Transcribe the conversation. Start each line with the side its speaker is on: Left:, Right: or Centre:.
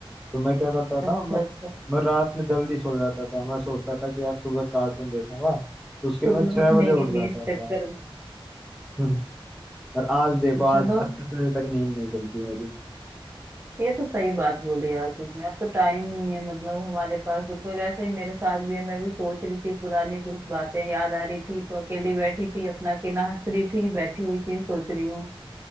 Centre: तो मैं क्या करता था
Right: अच्छा
Centre: मैं
Right: अच्छा
Centre: मैं रात में जल्दी सो जाता था मैं सोचता था कि यार सुबह कार्टून देखूंगा तो उसके लिए
Right: सुबह
Centre: मैं छह
Right: उठने
Centre: बजे उठ
Right: के
Centre: जाता
Right: लिए
Centre: था
Right: चक्कर में
Centre: हम्म। और आज देखो आज
Right: चलो
Centre: दस दस बजे तक नींद नहीं खुलती मेरी
Right: ये तो सही बात बोली यार तुमने अब तो टाइम नहीं है मतलब हमारे पास बिल्कुल ऐसा ही मेरे साथ भी है मैं भी सोच रही थी पुरानी कुछ बातें याद आ रही थी तो अकेली बैठी थी अपना अकेला हंस रही थी बैठी हुई थी सोच रही हूँ